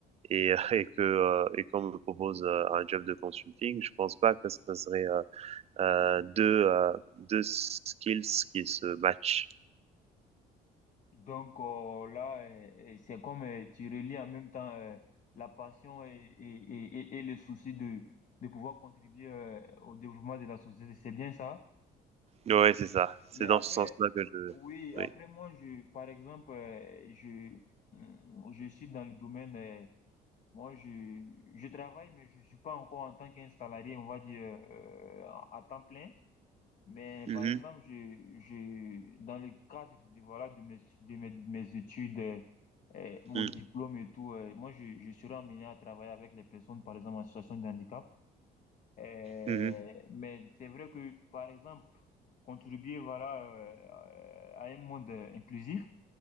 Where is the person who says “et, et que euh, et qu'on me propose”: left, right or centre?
Right